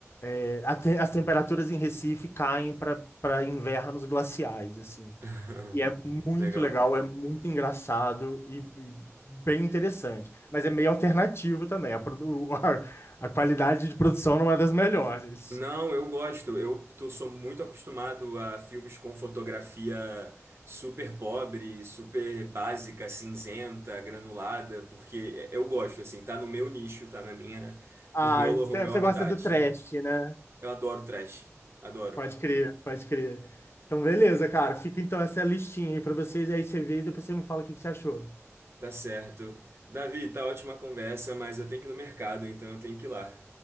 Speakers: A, on the left; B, on the right.
A: é, a te- as temperaturas em Recife caem para para invernos glaciais, assim.
B: <laughs>
A: E é muito
B: Legal.
A: legal, é muito engraçado e, e bem interessante. Mas é meio alternativo também. A, produ- <laughs> a a qualidade de produção não é das melhores.
B: Não, eu gosto. Eu tô, sou muito acostumado a filmes com fotografia super pobre, super básica, cinzenta, granulada, porque eu gosto, assim, tá no meu nicho, tá na minha, <laughs>
A: Ah,
B: no meu,
A: você
B: no meu
A: você
B: habitat.
A: gosta do trash, né?
B: Eu adoro trash. Adoro.
A: Pode crer, pode crer. Então, beleza, cara. Fica então essa listinha aí pra vocês, aí você vê e depois você me fala o que que você achou.
B: Tá certo. Davi, tá ótima a conversa, mas eu tenho que ir no mercado, então eu tenho que ir lá.